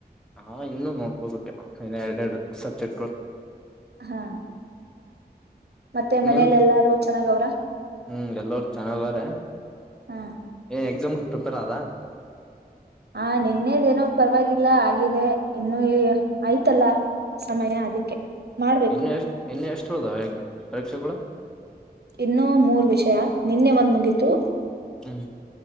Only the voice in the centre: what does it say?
ಹಾ ಇನ್ನುೂ ನೋಡ್ಬೋದಕ್ಕೆ ಇನ್ನ ಎರಡೆರಡು ಸಬ್ಜೆಕ್ಟ್ಗಳು
ನಿನ್
ಹ್ಮ್ ಎಲ್ಲರು ಚೆನ್ನಾಗೌರೆ
ಎಕ್ಸಾಮ್‌ಗೆ ಪ್ರಿಪೇರ್ ಆದಾ
ಇನ್ನು ಎಷ್ಟ್ ಇನ್ನು ಎಷ್ಟ್ <unintelligible> ಈಗ ಪರೀಕ್ಷೆಗಳು
ಹ್ಮ್